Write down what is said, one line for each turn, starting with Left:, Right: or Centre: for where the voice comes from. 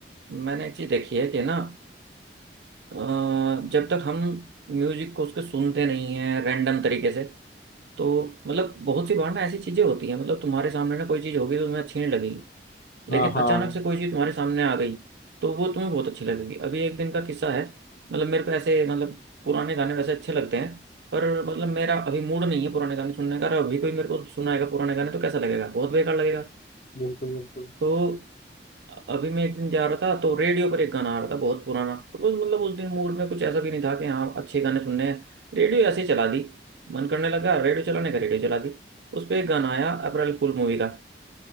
Right: मैंने एक चीज देखी है कि ना अ, जब तक हम म्यूजिक को उसके सुनते नहीं है रैंडम तरीके से तो मतलब बहुत सी बार ना ऐसी चीजें होती हैं मतलब तुम्हारे सामने ना कोई चीज होगी तो तुम्हें अच्छी नहीं लगी लेकिन
Left: हाँ हाँ
Right: अचानक से कोई चीज तुम्हारे सामने आ गई तो वो तुम्हें बहुत अच्छी लगेगी अभी एक दिन का किस्सा है मतलब मेरे को ऐसे मतलब पुराने गाने वैसे अच्छे लगते हैं पर मतलब मेरा अभी मूड नहीं है पुराने गाने सुनने का और अभी कोई मेरे को सुनाएगा पुराने गाने तो कैसा लगेगा बहुत बेकार लगेगा
Left: बिल्कुल बिल्कुल
Right: तो अभी मैं एक दिन जा रहा था तो रेडियो पर एक गाना आ रहा था बहुत पुराना तो बस मतलब उस दिन मूड में कुछ ऐसा भी नहीं था कि हाँ अच्छे गाने सुनने हैं रेडियो ऐसे ही चला दी मन करने लगा रेडियो चलाने का रेडियो चला दी उस पर एक गाना आया अप्रैल फूल मूवी का